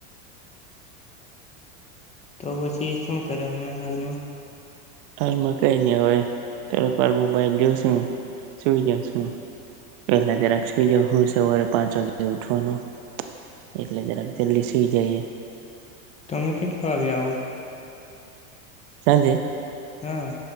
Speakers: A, on the left (about 15°); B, on the right (about 45°).
A: તો પછી શું કરે હમણાં હાલમાં
B: હાલમાં કઈ ની હવે થોડીક વાર મોબાઈલ જોશું સુઈ જશું પેલા જરાક સુઈ જાઉ. હું સવારે પાંચ વાગે ઉઠવાનો એટલે જરાક જલ્દી સુઈ જઈએ.
A: તમે કેટલા વાગે આવો?
B: સાંજે
A: હમમ